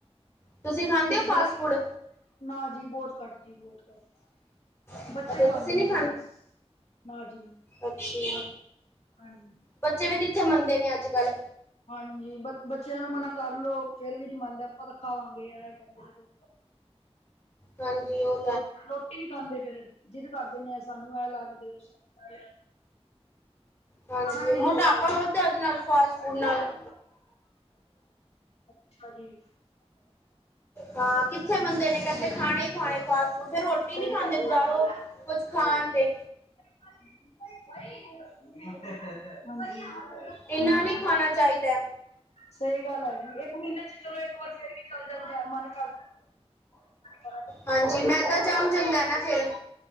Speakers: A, on the left; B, on the left.
A: ਤੁਸੀਂ ਖਾਂਦੇ
B: ਕੁਛ
A: ਹੋ ਫਾਸਟ
B: ਗਰਮੀ
A: ਫੂਡ
B: ਨਾ ਜੀ ਬੋਤ ਘੱਟ ਤੀ ਬੋਤ
A: ਅੱਛਾ
B: ਬੱਚੇ ਖਾਂਦੇ
A: ਤੁਸੀਂ ਨਹੀਂ
B: ਨੇ ਜੀ ਬਸ ਮਾਜਰੀ।
A: ਅੱਛਾ
B: ਹਾਂਜੀ।
A: ਬੱਚੇ ਵੀ ਕਿੱਥੇ ਮੰਨਦੇ ਨੇ ਅੱਜ- ਕੱਲ੍ਹ।
B: ਹਾਂਜੀ, ਬ ਬੱਚਿਆਂ ਨੂੰ ਮਨਾ ਕਰ ਲੋ, ਫੇਰ ਵੀ ਨੀ ਮੰਨਦੇ, ਆਪਾਂ ਤਾਂ ਖਾਵਾਂਗੇ ਐ ਕਹਿੰਦੇ ਹੈਗੇ।
A: ਹਾਂਜੀ, ਓ
B: ਲੁੱਟ -ਲੁੱਟ ਇਹ ਨੀ ਖਾਂਦੇ ਫੇਰ, ਜਿਦ ਕਰਦੇ ਨੇ, ਸਾਨੂੰ ਐ ਲਾ ਕੇ ਦੇਉ, ਸਾਨੂੰ
A: ਹਾਂਜੀ,
B: ਖਾਣਾ ਵੀ ਨੀ
A: ਮੋਟਾਪਾ
B: ਚਾਹੀਦਾ
A: ਵਧਦਾ ਉਦੇ ਨਾਲ, ਫਾਸਟ ਫੂਡ ਨਾਲ।
B: ਅੱਛਾ ਜੀ।
A: ਹਾਂ ਕਿੱਥੇ ਮੰਨਦੇ ਨੇ, ਕਹਿੰਦੇ ਖਾਣੇ ਹੀ ਖਾਣੇ ਫਾਸਟ ਫੂਡ। ਫਿਰ ਰੋ ਟੀ
B: ਸਹੀ
A: ਨਹੀਂ ਖਾਂਦੇ
B: ਕਹਿ
A: ਬਜ਼ਾਰੋਂ,
B: ਰਹੇ ਹੋ
A: ਕੁੱਝ ਖਾਣ ਤੇ।
B: ਹਾਂਜੀ।
A: ਏਨਾਂ ਨਹੀਂ ਖਾਣਾ ਚਾਹੀਦਾ।
B: ਸਹੀ ਗੱਲ ਹੈਗੀ, ਇੱਕ ਮਹੀਨੇ ਚ ਚਲੋ ਇੱਕ ਵਾਰ ਫੇਰ ਵੀ ਚੱਲ ਜਾਂਦਾ, ਮਨ ਕਰ ਬਾਰ ਦਾ
A: ਹਾਂਜੀ, ਮੈਂਦਾ ਜੰਮ ਜਾਂਦਾ ਨਾ ਫਿਰ।